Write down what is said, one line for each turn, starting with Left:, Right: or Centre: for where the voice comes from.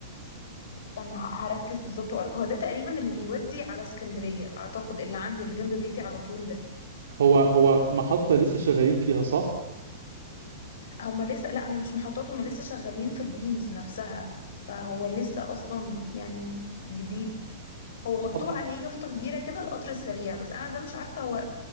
Left: استنى ه- هركز بالظبط وأقولك. هو ده تقريبا اللي بيودي على اسكندريه اعتقد اللي عندي اللي جنب بيتي على طول ده
Right: هو محطة لسه شغالين فيها صح
Left: هما لسه لا هي مش محطات هما لسه شغالين في البيمز نفسها فهو لسه اصلا يعني جديد هو مكتوب
Right: آه،
Left: عليه يافطة كبيرة كده القطر السريع بس انا ده مش عارفة هو